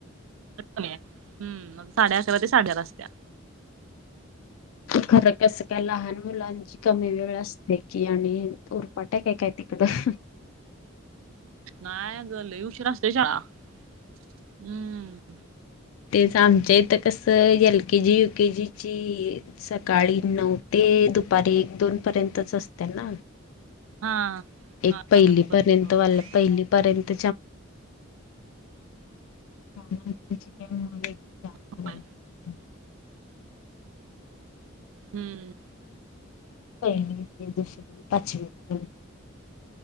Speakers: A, on the right; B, on the left.
A: हम्म आत साडे अकरा ते साडे चार असतेया
B: खरं कसं काय लहान मुलांची कमी वेळ असते की आणि उरपाट आहे काय तिकडं
A: नाय ग लय उशिरा असते या शाळा हम्म
B: तेच आमच्या इथ कसं एल केजी युकेे जीची सकाळी नऊ ते दुपारी एक दोन पर्यंतच असते ना
A: हा
B: हे
A: हा
B: पहिलीपर्यंत
A: एकदम पण असं होय.
B: वाला पहिलीपर्यंत त्यानंतरची काय मग एक चारपर्यंत
A: होय. हम्म
B: पहिली दुसरी पाचवीपर्यंत